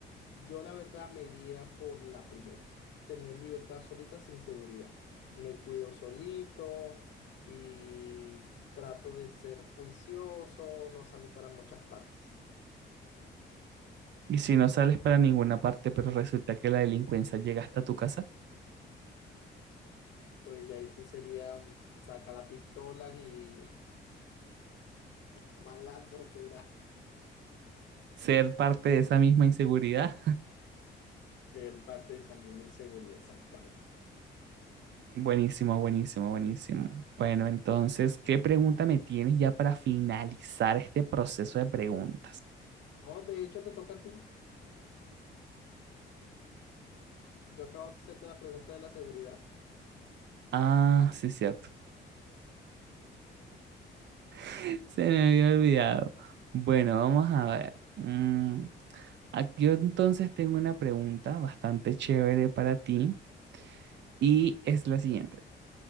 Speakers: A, on the left; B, on the right.
A: Yo la verdad me iría por la primera, tener libertad solita sin seguridad. Me cuido solito y trato de ser juicioso, no salir para muchas partes.
B: Y si no sales para ninguna parte, pero resulta que la delincuencia llega hasta tu casa,
A: Pues ya ahí sí sería sacar la pistola y <laughs> malandro será.
B: ser parte de esa misma inseguridad.
A: Él parte de esa misma inseguridad, exactamente.
B: <laughs> Buenísimo, buenísimo, buenísimo. Bueno, entonces, ¿qué pregunta me tienes ya para finalizar este proceso de preguntas?
A: No, de hecho, te toca a ti. Yo acabo de hacerte la pregunta de la seguridad.
B: Ah, sí, cierto. <laughs> Se me había olvidado. Bueno, vamos a ver. Mm, Aquí yo entonces tengo una pregunta bastante chévere para ti y es la siguiente.